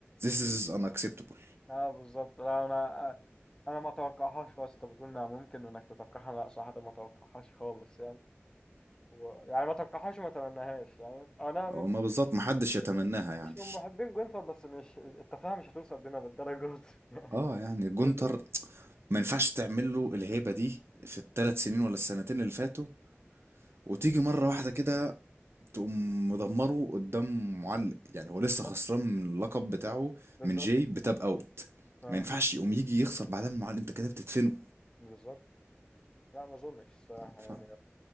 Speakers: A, on the right; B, on the left.
A: this is unacceptable
B: اه بالظبط لا انا انا ما توقعهاش خالص انت بتقول انها ممكن انك تتوقعها لا صراحة ما توقعهاش خالص يعني و... يعني ما توقعهاش وما تمناهاش يعني انا ما
A: او
B: ب-
A: ما بالظبط
B: مش
A: محدش يتمناها يعني
B: مش من محبين جونثر بس مش التفاهة مش هتوصل بينا للدرجة دي
A: اه يعني جونتر
B: <laughs>
A: ما ينفعش تعمل له الهيبة دي في الثلاث سنين ولا السنتين اللي فاتوا وتيجي مرة واحدة كده تقوم مدمره قدام معلق يعني هو
B: بالظبط
A: لسه خسران من اللقب بتاعه
B: بالظبط
A: من جاي بتاب اوت
B: اه
A: ما ينفعش يقوم يجي يخسر بعدها من معلق انت كده بتدفنه
B: بالظبط لا ما اظنش الصراحة
A: ف...
B: يعني
A: ف...